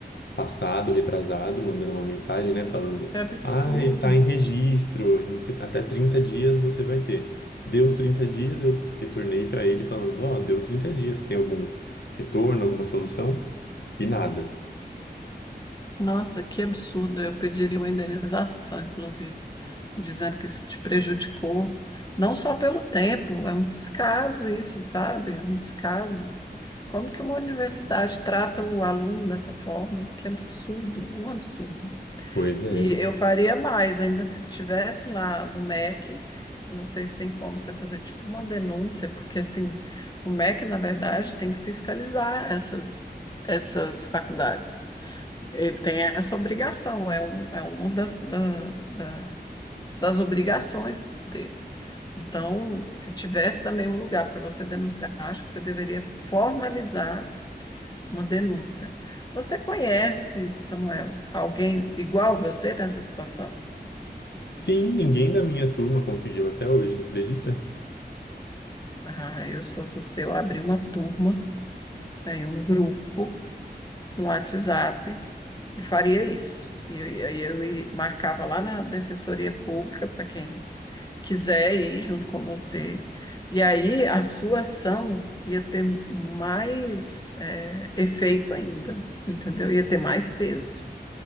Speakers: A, on the left; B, on the left.
A: passado, retrasado, mandando uma mensagem, né? Falando:
B: É absurdo.
A: Ai, tá em registro, em t- até 30 dias você vai ter. Deu os 30 dias, eu retornei pra ele falando: Ó, deu os 30 dias, tem algum retorno, alguma solução? E nada.
B: Nossa, que absurdo. Eu pediria uma indenização, inclusive, dizendo que isso te prejudicou, não só pelo tempo, é um descaso isso, sabe? É um descaso. Como que uma universidade trata o aluno dessa forma? Que absurdo, um absurdo.
A: Pois é.
B: E eu faria mais, ainda se tivesse lá no MEC, não sei se tem como você fazer tipo uma denúncia, porque assim, o MEC, na verdade, tem que fiscalizar essas, essas faculdades. Ele tem essa obrigação, é, um, é uma das, da- da- das obrigações dele. Então, se tivesse também um lugar para você denunciar, acho que você deveria formalizar uma denúncia. Você conhece, Samuel, alguém igual a você nessa situação?
A: Sim, ninguém da minha turma conseguiu até hoje, acredita?
B: Ah, eu, se fosse você, eu abri uma turma, aí um grupo no WhatsApp e faria isso. E eu, e aí eu, ia- marcava lá na Defensoria Pública para quem quiser ir junto com você. E aí a sua ação ia ter mais é, efeito ainda, entendeu? Ia ter mais peso.